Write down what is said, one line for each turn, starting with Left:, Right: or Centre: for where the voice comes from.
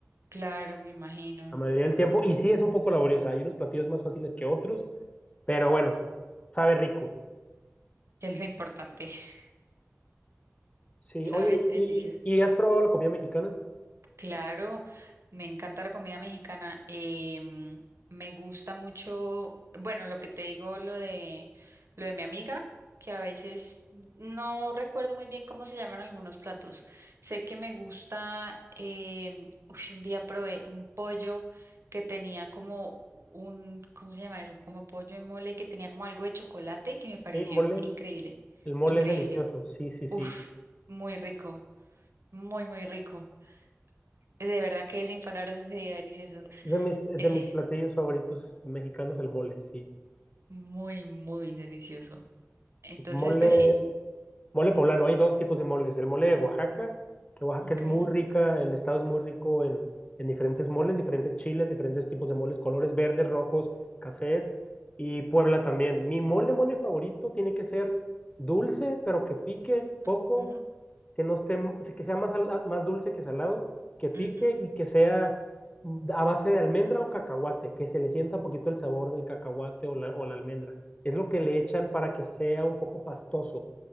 Right: Claro, me imagino.
Left: la mayoría del tiempo. Y sí es un poco laboriosa, hay unos platillos más fáciles que otros, pero bueno, sabe rico.
Right: que Es lo importante, <laughs>
Left: Sí,
Right: sabe,
Left: oye,
Right: delicioso.
Left: ¿y, y- y has probado la comida mexicana?
Right: Claro, me encanta la comida mexicana. em, me gusta mucho, bueno, lo que te digo, lo de lo de mi amiga, que a veces no recuerdo muy bien cómo se llaman algunos platos. Sé que me gusta, em, uy, un día probé un pollo que tenía como un, ¿cómo se llama eso? Como pollo en mole que tenía como algo de chocolate que me pareció
Left: Sí, mole.
Right: increíble,
Left: El mole
Right: increíble.
Left: es delicioso, sí, sí, sí.
Right: Uf, muy rico, muy, muy rico. De verdad que sin palabras ese día delicioso.
Left: Es de mis, es
Right: Eh,
Left: de mis platillos favoritos mexicanos, el mole, sí.
Right: muy, muy delicioso. Entonces,
Left: Sí. Mole,
Right: pues sí,
Left: Mole poblano, hay dos tipos de moles. El mole de Oaxaca, que Oaxaca
Right: ok.
Left: es muy rica, el estado es muy rico en, en diferentes moles, diferentes chiles, diferentes tipos de moles, colores verdes, rojos, cafés, y Puebla también. Mi mole, mole favorito tiene que ser dulce, pero que pique poco,
Right: ujú,
Left: que no esté, que sea más, sala- más dulce que salado, que pique
Right: ujú.
Left: y que sea mm, a base de almendra o cacahuate, que se le sienta poquito el sabor del cacahuate o la, o la almendra. Es lo que le echan para que sea un poco pastoso.